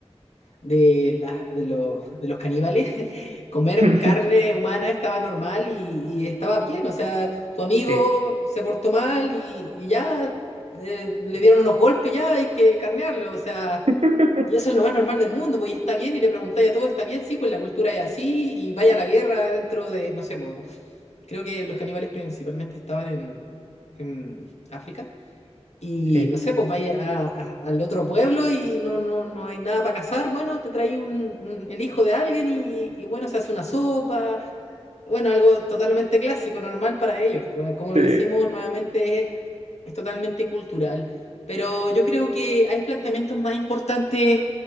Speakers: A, on the left; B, on the right.
A: de, la- de, los- de los caníbales, <laughs> comer
B: <laughs>
A: carne humana estaba normal y, y estaba bien. O sea, tu amigo
B: Sí.
A: se portó mal y, y ya eh, le dieron unos golpes, ya hay que carnearlo. O sea,
B: <laughs>
A: y eso es lo más normal del mundo, pues y está bien y le preguntáis a todo, está bien, sí, pues la cultura es así y vaya a la guerra dentro de, no sé, pues, creo que los caníbales principalmente estaban en en África. Y
B: Sí.
A: no sé, pues vaya a- a- al otro pueblo y no, no, no hay nada para cazar. Bueno, te trae un, un- el hijo de alguien y, y bueno, se hace una sopa. Bueno, algo totalmente clásico, normal para ellos. pues, como lo
B: Sí.
A: decimos nuevamente, es, es totalmente cultural. Pero yo creo que hay planteamientos más importantes